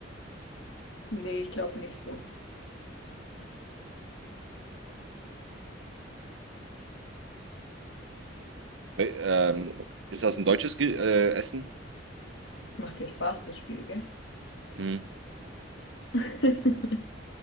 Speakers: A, on the left; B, on the right.
A: Nee, ich glaube nicht so.
B: Wä- Ähm, ist das ein deutsches Ge äh, Essen?
A: Macht dir Spaß, das Spiel, gell?
B: Mhm.
A: <laughs>